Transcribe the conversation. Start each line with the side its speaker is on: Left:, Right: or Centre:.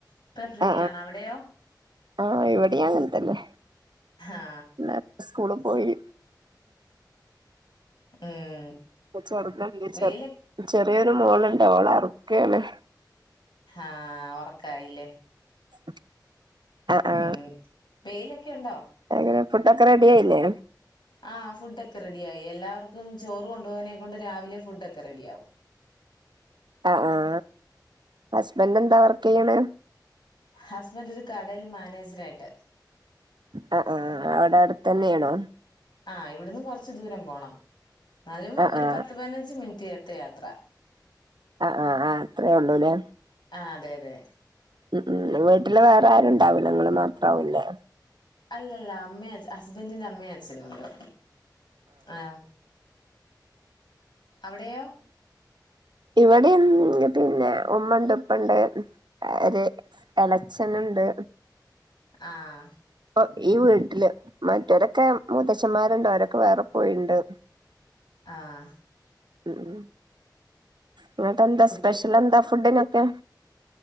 Left: ഇപ്പൊ ഫ്രീ
Right: ആ
Left: ആണ് അവിടെയോ
Right: ആ ഇവിടെ അങ്ങനത്തന്നെ
Left: ആ
Right: പിള്ളേര് സ്കൂള് പോയി
Left: ഉം
Right: നച്ചറച്ച
Left: വെയില്
Right: <inaudible> ചെറിയൊരു മോളുണ്ട് ഓളെ ഉറക്കാണ്
Left: ആ ഉറക്കായില്ലേ
Right: <inaudible> ആ ആ
Left: ഉം വെയിലൊക്കെ ഉണ്ടോ
Right: എങ്ങനെ ഫുഡൊക്കെ റെഡി ആയില്ലേ
Left: ആ ഫുഡ് ഒക്കെ റെഡി ആയി എല്ലാവർക്കും ചോറ് കൊണ്ടുപോകാനെ കൊണ്ട് രാവിലെ ഫുഡ് ഒക്കെ റെഡി ആകും
Right: ആ ആ ഹസ്ബൻറ് എന്താ വർക്ക് ചെയ്യണ്
Left: ഹസ്ബൻ്റ് ഒരു കടയിൽ മാനേജരായിട്ട്
Right: ആ ആ അവിടെ അടുത്തന്നെയാണോ
Left: അതെ ആ ഇവിടുന്ന് കുറച്ച് ദൂരം പോണം എന്നാലും
Right: ആ
Left: ഒരു
Right: ആ
Left: പത്ത് പതിനഞ്ച് മിനിറ്റ് യാത്ര
Right: ആ ആ ആ അത്രയേ ഉള്ളൂലേ
Left: ആ അതെ അതെ
Right: ഉം ഉം വീട്ടില് വേറെ ആരുണ്ടാവില്ല നിങ്ങള് മാത്രാവുല്ലേ
Left: അല്ല അല്ല അമ്മേം അച്- ഹസ്ബൻ്റിന്റെ അമ്മയും അച്ഛനും ഉണ്ട് ആ അവിടെയോ
Right: ഇവിടെ ഉം പിന്നെ ഉമ്മണ്ട് ഉപ്പണ്ട് ഒരു എളച്ചനുണ്ട്
Left: ആഹ്
Right: ഇപ്പൊ ഈ വീട്ടില് മറ്റൊരൊക്കെ മുത്തച്ഛന്മാരുണ്ട് അവരൊക്കെ വേറെ പോയിണ്ട്
Left: ആഹ്
Right: ഉം ഇങ്ങട്ടെന്താ
Left: കുട്ടി
Right: സ്പെഷ്യൽ എന്താ ഫുഡിനൊക്കെ